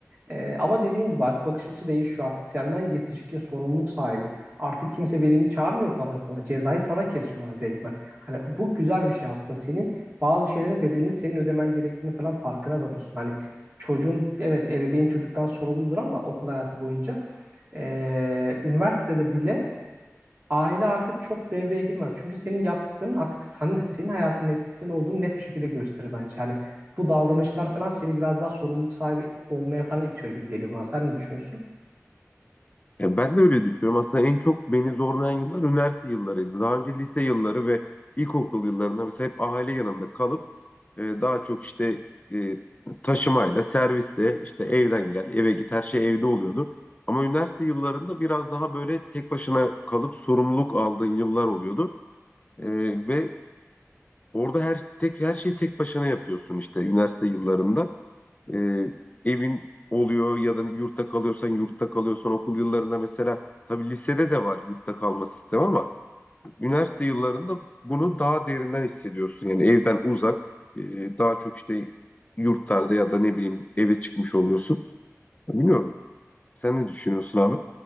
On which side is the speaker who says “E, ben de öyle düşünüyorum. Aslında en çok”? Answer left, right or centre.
Left